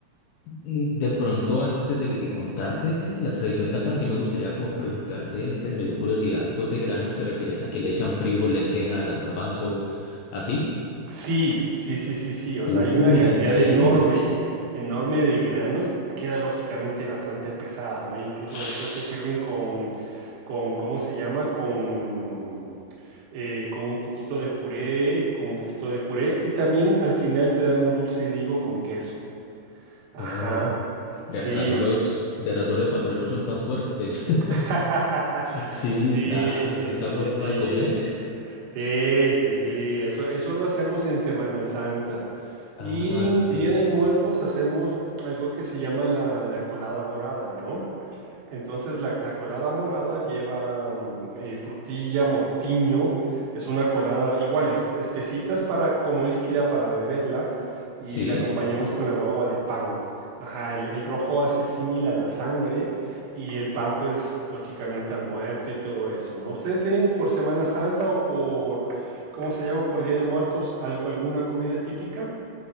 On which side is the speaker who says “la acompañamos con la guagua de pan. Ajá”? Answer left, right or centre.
Right